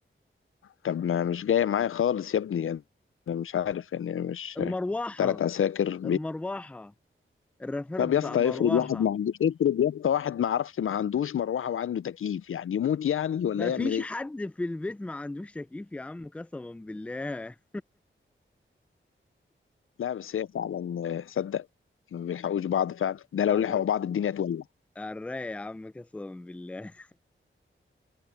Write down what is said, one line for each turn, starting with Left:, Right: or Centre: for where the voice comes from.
Left: طب ما مش جاي معايا خالص يا ابني انا مش عارف يعني مش
Centre: المروحة
Left: ثلاث عساكر
Centre: المروحة الرفرف
Left: طب
Centre: بتاع
Left: يا اسطى
Centre: المروحة
Left: افرض واحد ما عندوش افرض يا اسطى واحد ما عرفش ما عندوش مروحه وعنده تكييف يعني يموت يعني ولا
Centre: ما
Left: يعمل
Centre: فيش
Left: ايه؟
Centre: حد في البيت ما عندوش تكييف يا عم قسما بالله
Left: لا بس هي فعلا صدق ما بيلحقوش بعض فعلا ده لو
Centre: الر-
Left: لحقوا بعض الدنيا تولع
Centre: الرايق يا عم قسما بالله